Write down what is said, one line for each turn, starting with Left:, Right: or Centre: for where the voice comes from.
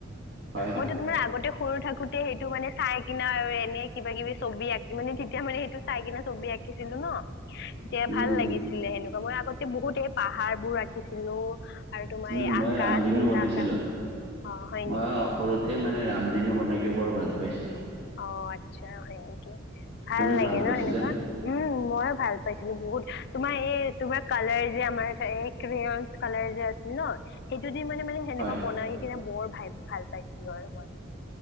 Right: হয় হয়
Left: মইতো তোমাৰ আগতে সৰু থাকোতে সেইটো মানে চাই। আ কিনা আৰু এনে কিবা কিবি ছবি আঁকি মানে তেতিয়া মানে সেইটো চাই কিনে ছবি আঁকিছিলো ন এতিয়া
Right: উম
Left: ভাল লাগিছিলে সেনেকুৱা মই আগতে বহুত এই পাহাৰ বোৰ আঁকিছিলো আৰু তোমাৰ
Right: উম
Left: এই
Right: মই
Left: আকাশ
Right: ৰামধেনু
Left: নীলা
Right: বনাইছিলো।
Left: আকাশ অ হয়
Right: মই
Left: নেকি
Right: সৰুতে মানে ৰামধেনু বনাইকে বৰ ভাল পাইছিলো।
Left: অ আচ্ছা হয় নেকি ভাল
Right: তুমি
Left: লাগে
Right: পাইছিলানে?
Left: ন সেনেকুৱা উম ময়ো ভাল পাইছিলো। বহুত তোমাৰ এই তোমাৰ কালাৰ যে আমাৰ ক কালাৰ যে আছিল ন সেইটো মানে মানে সেনেকুৱা
Right: হয়।
Left: বনাই কিনে বৰ ভ ভাল পাইছিলো আৰু মই